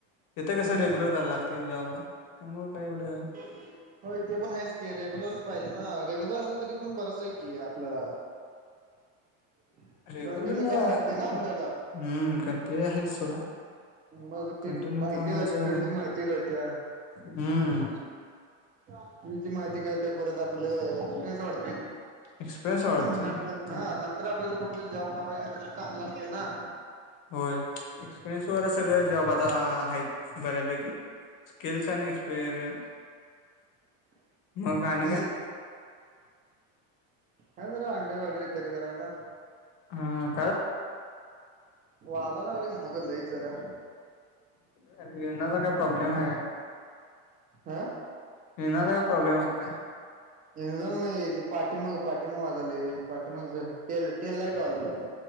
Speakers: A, on the left (about 50°); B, on the right (about 20°).
A: तेिथे
B: हम्म
A: कसं रेग्युलर करायला लागते जॉबला त्यामुळे काय एवढं
B: <inaudible> हो ते पण आहेच की रेग्युलरच पाहिजे ना रेग्युलर असलं तरी पण बरंच आहे की आपल्याला. <inaudible>
A: रेगुलरला
B: कंटिन्यू काम लागते
A: हम्म
B: ना आपल्याला
A: तेही हायच सोडा.
B: मग
A: कंटिन्यू
B: ती माहिती
A: कामाचं
B: <unintelligible> फिल्ड ची माहिती कळतीया.
A: हम्म
B: तेची माहिती कळताच परत आपलं एक्सपिरियन्स वाढतोय.
A: एक्सपिरियन्स वाढते
B: नंतर हा
A: ते
B: नंतर आपल्याला कोणत जॉब लावाय नंतर चांगला असतो ना.
A: होय एक्सपिरियन्स वर सगळं जॉब आता आहेत बऱ्यापैकी. स्किल्स आणि एक्सपेरिमेंट.
B: <inaudible>
A: मग
B: हम्म
A: आणि काय?
B: काय नाही जरा अंड व वाडी रिपेयर करायला.
A: हां
B: व-वाजाय लागलंय <unintelligible> लयच जरा.
A: <unintelligible> चा काय प्रॉब्लेम आहे.
B: हां
A: निनादा का प्रॉब्लेम आहे काय?
B: एकदम नाहीये ते पाठीमाग पाठीमाग <unintelligible> पाठीमाग तेल तेल लाईट वाला त्या.